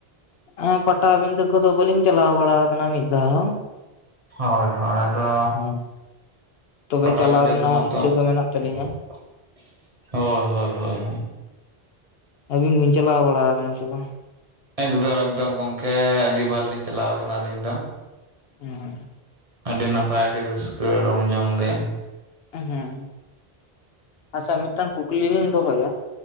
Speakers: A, on the left; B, on the right.
A: ᱩᱸ ᱯᱟᱴᱟᱵᱤᱸᱫᱟᱹ ᱠᱚᱫᱚ ᱵᱟᱹᱞᱤᱧ ᱪᱟᱞᱟᱣ ᱵᱟᱲᱟ ᱠᱟᱱᱟ ᱢᱤᱫ ᱫᱷᱟᱣ ᱦᱚᱸ
B: ᱦᱳᱭ ᱦᱳᱭ ᱫᱚᱻ
A: ᱦᱚᱸ ᱛᱚᱵᱮ
B: ᱯᱟᱴᱟᱵᱤᱸᱫᱟᱹ
A: ᱪᱟᱞᱟᱣ ᱨᱮᱱᱟᱜ
B: ᱠᱚᱦᱚᱸ
A: ᱤᱪᱪᱷᱟᱹ
B: ᱛᱚᱜ
A: ᱫᱚ ᱢᱮᱱᱟᱜ ᱛᱟᱹᱞᱤᱧᱟ
B: ᱼᱼ ᱦᱳᱭ ᱦᱳᱭ ᱦᱳᱭ
A: ᱟᱹᱵᱤᱱ ᱵᱤᱱ ᱪᱟᱞᱟᱣ ᱵᱟᱲᱟ ᱠᱟᱱᱟ ᱥᱮ ᱵᱟᱝ
B: ᱮᱠᱫᱚᱢ ᱮᱠᱫᱚᱢ ᱜᱚᱝᱠᱮ ᱟᱹᱰᱤᱵᱟᱨ ᱞᱤᱧ ᱪᱟᱞᱟᱣ ᱠᱟᱱᱟ ᱟᱹᱞᱤᱧ ᱫᱚ
A: ᱦᱩᱸ
B: ᱟᱹᱰᱤ ᱱᱟᱯᱟᱭ ᱟᱹᱰᱤ ᱨᱟᱹᱥᱠᱟᱹ ᱨᱚᱢᱼᱡᱚᱢ ᱜᱮ
A: ᱦᱩᱸ ᱟᱪᱪᱷᱟ ᱢᱤᱫᱴᱟᱱ ᱠᱩᱠᱞᱤ ᱞᱤᱧ ᱫᱚᱦᱚᱭᱟ